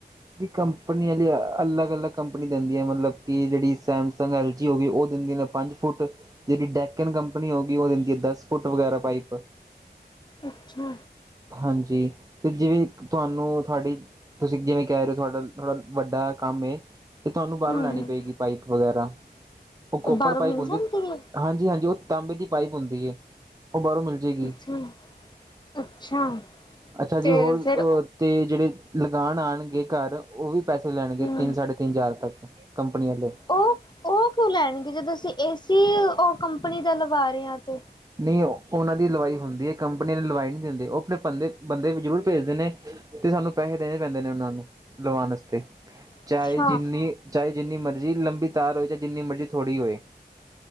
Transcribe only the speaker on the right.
ਵੀ ਕੰਪਨੀ ਵਾਲੀ ਅਲੱਗ ਅਲੱਗ ਕੰਪਨੀ ਦਿੰਦੀਆਂ ਮਤਲਬ ਕਿ ਜਿਹੜੀ ਸੈਮਸੰਗ, ਐਲ ਜੀ ਹੋ ਗਈ ਉਹ ਦਿੰਦੀ ਪੰਜ ਫੁੱਟ ਜਿਹੜੀ ਡੈਕਨ ਕੰਪਨੀ ਹੋ ਗਈ, ਉਹ ਦਿੰਦੀ ਹੈ। ਦਸ ਫੁੱਟ ਵਗੈਰਾ ਪਾਈਪ
ਹਾਂਜੀ, ਤੇ ਜਿਵੇਂ ਤੁਹਾਨੂੰ ਤੁਹਾਡੀ ਤੁਸੀਂ ਜਿਵੇਂ ਕਹਿ ਰਹੇ ਹੋ। ਤੁਹਾਡਾ ਥੋਡਾ ਵੱਡਾ ਕੰਮ ਏ ਤੇ ਤੁਹਾਨੂੰ ਬਾਹਰੋਂ
ਲੈਣੀ ਪਏਗੀ। ਪਾਈਪ ਵਗੈਰਾ ਉਹ ਕੋਪਰ
ਪਾਈਪ
ਹੁੰਦੀ।
ਹਾਂਜੀ ਹਾਂਜੀ ਉਹ ਤਾਂਬੇ ਦੀ ਪਾਈਪ ਹੁੰਦੀ ਹੈ। ਉਹ ਬਾਹਰੋਂ ਮਿਲ ਜਾਏਗੀ
ਅੱਛਾ ਜੀ,
ਹੋਰ
ਤੇ ਜਿਹੜੇ ਲਗਾਨ ਆਉਣਗੇ ਘਰ ਉਹ ਵੀ ਪੈਸੇ ਲੈਣਗੇ,
ਤਿੰਨ ਸਾਢੇ ਤਿੰਨ ਹਜ਼ਾਰ ਤੱਕ ਕੰਪਨੀ ਵਾਲੇ।
ਨਹੀਂ ਉਹਨਾਂ ਦੀ ਲਵਾਈ ਹੁੰਦੀ ਹੈ। ਕੰਪਨੀ ਨੇ ਲਵਾਈ ਨਹੀਂ ਦਿੰਦੇ। ਉਹ ਆਪਣੇ ਬੰਦੇ ਬੰਦੇ ਜ਼ਰੂਰ ਭੇਜਦੇ ਨੇ। ਤੇ ਸਾਨੂੰ ਪੈਸੇ ਦੇਣੇ ਪੈਂਦੇ ਨੇ, ਉਹਨਾਂ ਨੂੰ ਲਵਾਉਣ ਵਾਸਤੇ ਚਾਹੇ
ਜਿੰਨੀ ਚਾਹੇ ਜਿੰਨੀ ਮਰਜ਼ੀ ਲੰਬੀ ਤਾਰ ਹੋਏ, ਚਾਹੇ ਜਿੰਨੀ ਮਰਜ਼ੀ ਥੋੜ੍ਹੀ ਹੋਏ।